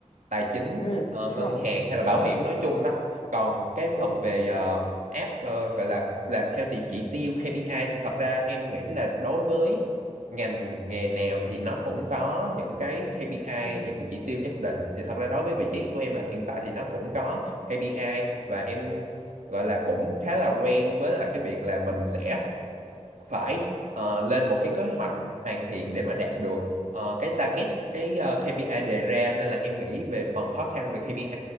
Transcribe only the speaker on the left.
ừ
đúng
rồi
đúng
ừ
ừ